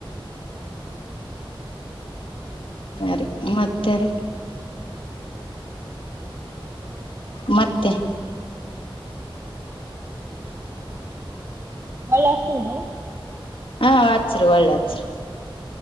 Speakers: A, on the right; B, on the left.
A: ಹೂ
B: ಆ ರಿ ಮತ್ತೆ ರಿ ಮತ್ತೆ
A: ಹೋಳಿ ಹಾಕ್ಕೊಂಡ್ರಿ
B: ಹಾ ಅಚ್ಚರಿ ಹೊಳ್ಳಿ ಅಚ್ಚ ರಿ
A: ಹ